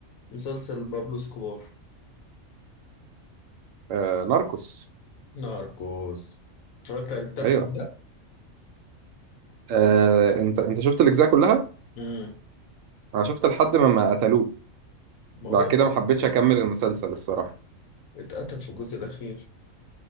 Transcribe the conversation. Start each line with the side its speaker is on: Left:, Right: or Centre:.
Left: مسلسل بابلو سكوبار
Right: آه، ناركوس
Left: ناركوس اتفرجت على التلات
Right: أيوه
Left: اجزاء
Right: آه، أنت أنت شفت الأجزاء كلها؟
Left: امم
Right: انا شفت لحد ما ما قتلوه
Left: ما
Right: بعد
Left: هو اتقتل
Right: كده ما حبيتش
Left: في الجزء
Right: اكمل المسلسل
Left: الأخير.
Right: الصراحه
Left: اتقتل في الجزء الأخير